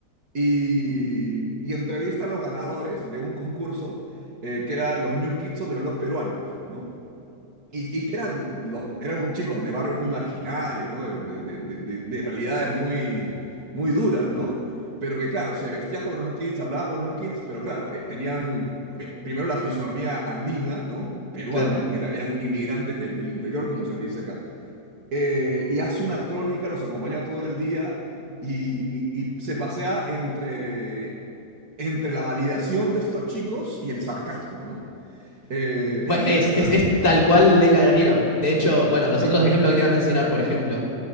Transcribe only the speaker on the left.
Claro.
Bueno,
es,
es, es
tal cual Leila Guerrero. De hecho, bueno,
los
otros ejemplos que te iba a mencionar, por ejemplo,